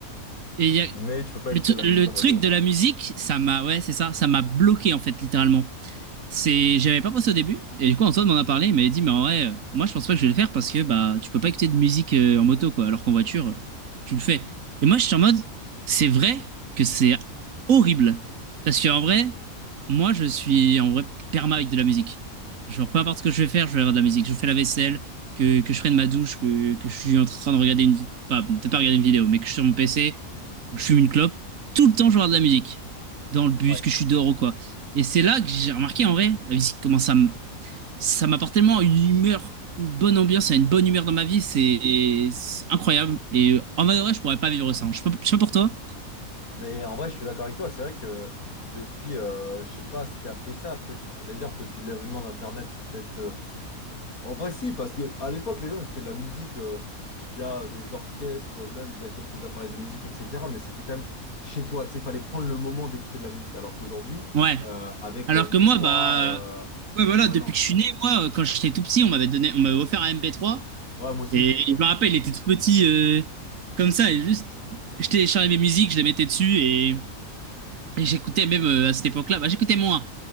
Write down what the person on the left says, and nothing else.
Mais tu peux pas
écouter
de la
musique en moto.
Ouais.
Mais en vrai, je suis d'accord avec toi. C'est vrai que depuis, euh, je sais pas ce qui a fait ça, peut-être, enfin, j'allais dire depuis l'avènement d'Internet, peut-être. euh, En vrai, si, parce que à l'époque, les gens écoutaient de la musique euh, via des orchestres, même via quelques appareils de musique, etc. Mais c'était quand même chez toi. Tu sais, il fallait prendre le moment d'écouter de la musique. Alors qu'aujourd'hui,
euh, avec
les mp
trois,
euh,
même maintenant.
Ouais, moi aussi.